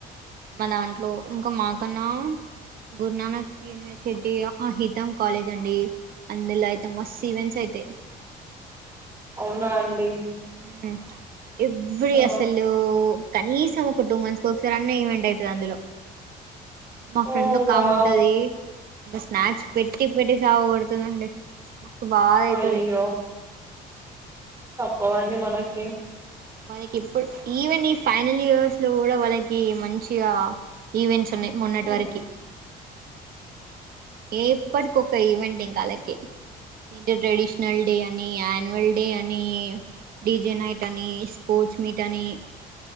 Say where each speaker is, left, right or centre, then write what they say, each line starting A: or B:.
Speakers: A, on the right (about 60°); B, on the right (about 15°).
A: మా దాంట్లో ఇంకా మాకన్నా గురునానక్ యూనివర్సిటీ అ హితం కాలేజ్ అండి అందులో అయితే మస్త్ ఈవెంట్స్ అయితై
B: అవునా అండి
A: హిం ఎవెరీ
B: ఆ
A: అసలు కనీసం ఒక టూ మంత్స్కి ఒకసారి అన్న ఈవెంట్ ఐతది అందులో మా ఫ్రెండ్
B: ఓ
A: ఓకాముంటది
B: వావ్
A: మే స్నాప్స్ పెట్టి పెట్టి సావా కొడుతదండి మస్తు బాగా ఐతది
B: అయ్యో బొంది మనకి
A: వాళ్ళకి ఇప్పుడు ఈవెన్ ఈ ఫైనల్ ఇయర్స్ లో కూడా వాళ్ళకి మంచిగా ఈవెంట్స్ ఉన్నాయి మొన్నటి
B: ఉమ్,
A: వరకి ఏ ప్పటికోక ఈవెంట్ ఇంకాలాకి ఇంటర్ ట్రెడిషనల్ డే అని అన్యువల్ డే అని డిజే నైట్ అని పోచ్ మీట్ అని